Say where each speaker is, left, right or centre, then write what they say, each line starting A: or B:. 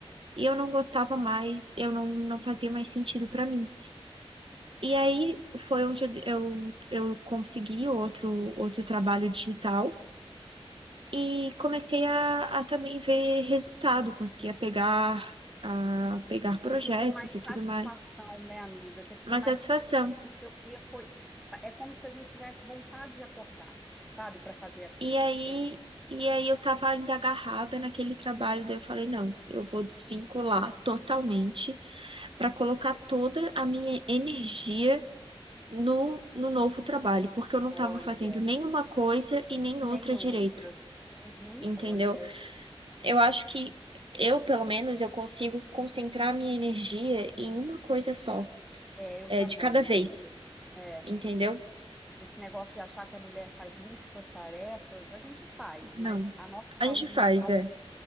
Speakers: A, on the right (about 60°); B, in the centre.
A: E eu não gostava mais, eu não, não fazia mais sentido para mim. E aí foi onde eu, eu consegui outro, outro trabalho digital e comecei a, a também ver resultado, conseguia pegar, a pegar projetos
B: você sentiu mais satisfação,
A: e tudo mais.
B: né, amiga? Você ficou
A: Uma
B: mais.
A: satisfação.
B: O seu dia foi. É como se a gente tivesse vontade de acordar, sabe, para fazer aquilo.
A: E aí,
B: Esse-
A: e aí eu tava ainda agarrada naquele trabalho, daí eu falei, não, eu vou desvincular totalmente para colocar toda a minha energia no, no novo trabalho, porque eu não
B: Olha,
A: estava fazendo nenhuma coisa e nem
B: nem
A: outra
B: outra.
A: direito,
B: Uhum,
A: entendeu?
B: olha,
A: Eu acho que eu, pelo menos, eu consigo concentrar minha energia em uma coisa só,
B: é, eu
A: é,
B: também,
A: de cada vez,
B: amiga. É.
A: entendeu?
B: Esse negócio de achar que a mulher faz múltiplas tarefas, a gente faz,
A: Não.
B: mas a nossa saúde
A: A gente faz,
B: mental,
A: é.